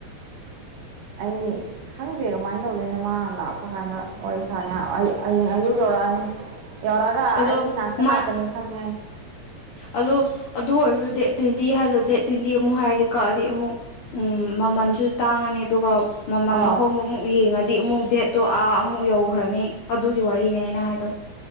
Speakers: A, on the right; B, on the left.
A: ꯑꯩ ꯈꯪꯗꯦ ꯀꯃꯥꯏ꯭ꯟ ꯇꯧꯗꯣꯏꯅꯣ ꯃꯥ ꯂꯥꯛꯄ ꯀꯥꯟꯗ ꯋꯥꯔꯤ ꯁꯥꯅꯦ ꯑꯩ ꯑꯩꯌꯦꯡ ꯑꯌꯨꯛ ꯌꯧꯔꯛꯑꯅꯤ ꯌꯧꯔꯛꯑꯒ
B: ꯑꯗꯣ
A: ꯑꯩꯒꯤ ꯅꯥꯛꯇ
B: ꯃꯥ
A: ꯂꯥꯛꯀꯅꯤ ꯈꯪꯉꯦ
B: ꯑꯗꯨ ꯑꯗꯨ ꯑꯣꯏꯔꯁꯨ ꯗꯦꯠ ꯇ꯭ꯋꯦꯟꯇꯤ ꯍꯥꯏꯗꯣ ꯗꯦꯠ ꯇ꯭ꯋꯦꯟꯇꯤ ꯑꯃꯨꯛ ꯍꯥꯏꯔꯗꯤ ꯀꯛꯑꯗꯤ ꯑꯃꯨꯛ ꯎꯝ ꯃꯃꯟꯖꯨ ꯇꯥꯡꯉꯅꯤ ꯑꯗꯨꯒ ꯃꯃꯟ
A: ꯑꯥ
B: ꯑꯍꯣꯡꯕ ꯑꯃꯨꯛ ꯌꯦꯡꯉꯗꯤ ꯑꯃꯨꯛ ꯗꯦꯠꯇꯣ ꯑꯥ ꯑꯃꯨꯛ ꯌꯧꯈ꯭ꯔꯅꯤ ꯑꯗꯨꯒꯤ ꯋꯥꯔꯤꯅꯦ ꯑꯩꯅ ꯍꯥꯢꯗꯣ